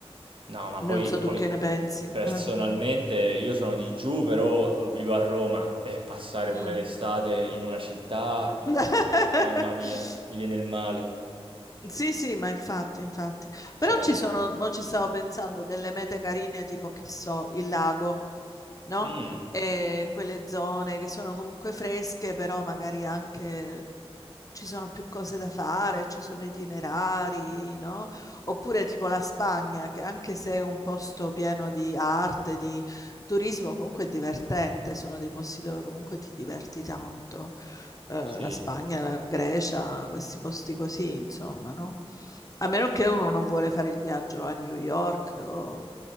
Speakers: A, on the right (about 55°); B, on the left (about 35°).
A: no, ma poi,
B: Non so
A: Mm.
B: tu
A: poi
B: che ne pensi.
A: personalmente
B: Eh.
A: io sono di giù, però eh, vivo a Roma e passare
B: Mm.
A: pure l'estate in una città, dico,
B: <laughs>
A: "No, mamma mia, mi viene il male.
B: Sì, sì, ma infatti, infatti. Però
A: Cioè,
B: ci sono, mo ci stavo pensando, delle mete carine, tipo, che so, il lago, no?
A: mm,
B: E quelle zone che sono comunque fresche, però magari anche ci sono più cose da fare, ci sono itinerari, no? Oppure tipo la Spagna, che anche se è un posto pieno di arte, di turismo, comunque è divertente, sono dei posti dove comunque ti diverti tanto eh,
A: sì.
B: la Spagna, la Grecia, questi posti così, insomma, no? A meno che uno non vuole fare il viaggio a New York o,